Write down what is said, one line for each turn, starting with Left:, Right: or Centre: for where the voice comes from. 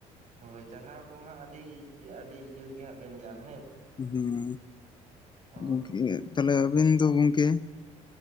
Right: ᱦᱳᱭ ᱪᱟᱨᱦᱟᱣ ᱠᱚᱢᱟ ᱦᱟᱸᱜ ᱟᱹᱰᱤ ᱟᱹᱰᱤ ᱡᱩᱛᱜᱮ ᱦᱟᱸᱜ ᱵᱮᱱ ᱜᱟᱱᱟ
Left: ᱦᱮᱸ
Right: ᱦᱳᱭ
Left: ᱜᱚᱝᱠᱮ ᱛᱟᱦᱞᱮ ᱟᱵᱤᱱ ᱫᱚ ᱜᱚᱝᱠᱮ